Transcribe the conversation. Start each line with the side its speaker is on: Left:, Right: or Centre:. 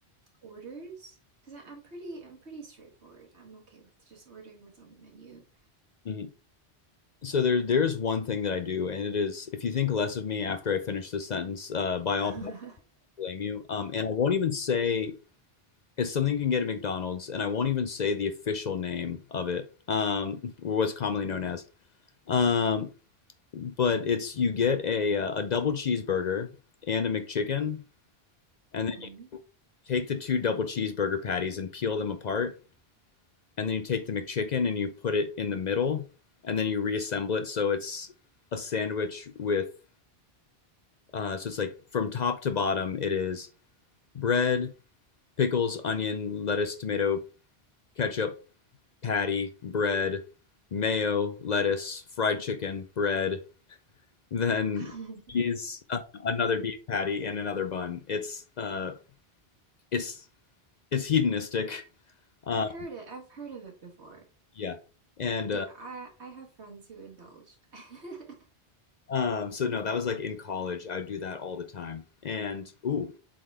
Right: orders because I'm pretty I'm pretty straightforward. I'm okay with just ordering what's on the menu.
Left: mhm. So there, there's one thing that I do, and it is if you think less of me after I finish this sentence, uh, by
Right: <laughs>
Left: all blame you. Um, and I won't even say it's something you can get at McDonald's, and I won't even say the official name of it, um, or what's commonly known as. Um, but it's you get a uh, a double cheeseburger and a McChicken, and
Right: Mhm.
Left: then you take the two double cheeseburger patties and peel them apart, and then you take the McChicken and you put it in the middle, and then you reassemble it so it's a sandwich with uh, so it's like from top to bottom it is bread, pickles, onion, lettuce, tomato, ketchup, patty, bread, mayo, lettuce, fried chicken, bread, then
Right: <laughs>
Left: cheese, uh, another beef patty, and another bun. It's uh, it's it's hedonistic. Uh,
Right: I've heard it. I've heard of it before.
Left: yeah, and
Right: Yeah,
Left: uh,
Right: I I have friends who indulge. <laughs>
Left: um, so no, that was like in college. I would do that all the time. And ooh,